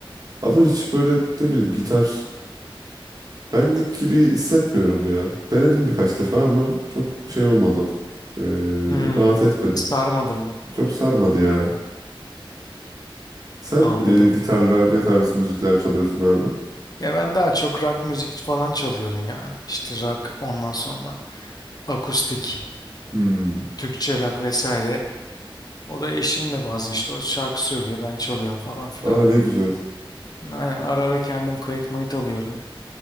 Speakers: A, on the right; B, on the left.
A: Ama hiç böyle ne bileyim gitar benlik gibi hissetmiyorum ya. Denedim birkaç defa ama çok şey olmadı. E,
B: Hmm.
A: rahat etmedim.
B: Sarmadı mı?
A: Çok sarmadı ya. Sen
B: Anladım.
A: e, gitarla ne tarz müzikler çalıyorsun abi?
B: Ya ben daha çok rock müzik falan çalıyorum ya. İşte rock ondan sonra akustik,
A: Hmm.
B: Türkçe rock vesaire. O da eşimle bazen işte o şarkı söylüyor ben çalıyorum falan filan.
A: Aa ne güzel.
B: Aynen ara ara kendim kayıt mayıt alıyorum.